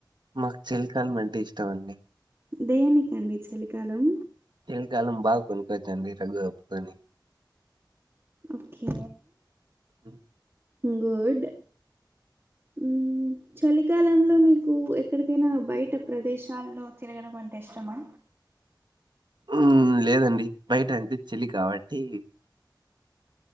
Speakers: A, on the right; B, on the right.
A: మాకు చలికాలం అంటే ఇష్టం అండి.
B: దేనికండి చలికాలం.
A: చెలికాలం బాగా పనుకొచ్చండి. రఘుగాపుకొనీ
B: ఓకే
A: ఉహ్
B: గుడ్ ఉహ్మ్ చలికాలంలో మీకు ఎక్కడికైనా బయట ప్రదేశాల్లో తిరగడం అంటే ఇష్టమా.
A: ఉహ్ లేదండి బయట అంటె చెలి కాబట్టి